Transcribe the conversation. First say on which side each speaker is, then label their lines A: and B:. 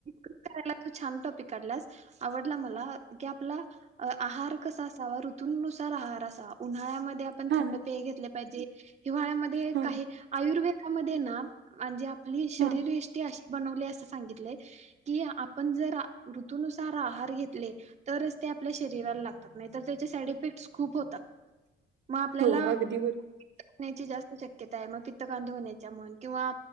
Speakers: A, on the right; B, on the right.
A: तू छान टॉपिक काढलास, आवडला मला की आपला अ आहार कसा असावा ऋतूंनुसार आहार असावा, उन्हाळ्यामध्ये आपण
B: हा
A: थंड पेय घेतले पाहिजे. हिवाळ्यामध्ये
B: हा
A: काही आयुर्वेदामध्ये ना, म्हणजे आपली शरीर.
B: हा
A: यष्टी अशी बनवले असं सांगितलंय, की आपण जरा ऋतुनूसार आहार घेतले तरच ते आपल्या शरीराला लागतात, नाही तर त्याचे साईड इफेक्ट्स खूप होतात.
B: <inaudible>
A: मग आपल्याला,
B: हो अगदी बर
A: खाण्याची जास्त शक्य ता मग पित्त कांदेच्या होण्याच्या म्हण, किंवा